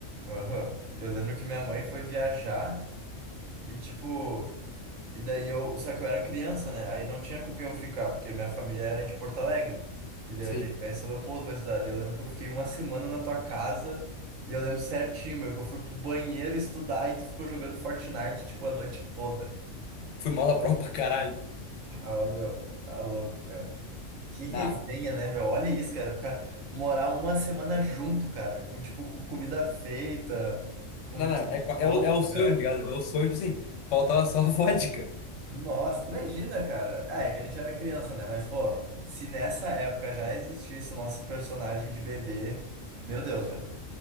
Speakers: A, on the right; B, on the left.
A: aham. Eu lembro que minha mãe foi viajar e, tipo. E daí eu. Só que eu era criança, né? Aí não tinha com quem eu ficar, porque minha família era de Porto Alegre. E daí
B: Sim.
A: eu ia ter que ficar em São Leopoldo pra estudar. Daí eu lembro que eu fiquei uma semana na tua casa e eu lembro certinho, meu, que eu fui pro banheiro estudar e tu ficou jogando Fortnite, tipo, a noite toda.
B: Fui mal na <laughs> prova pra caralho.
A: Ah, meu, tá louco, cara. Que resenha,
B: Não,
A: né, meu? Olha isso, cara. Ficar morar uma semana junto, cara. Com, tipo, com comida feita, com
B: não, não.
A: tudo
B: É, qua-
A: pronto,
B: é, o, é o sonho,
A: cara.
B: tá ligado? É o sonho, tipo assim, faltava só a <laughs> vodka.
A: Nossa, imagina, cara. Ah, é que a gente era criança, né? Mas, pô, se nessa época já existisse o nosso personagem de bebê. Meu Deus, velho.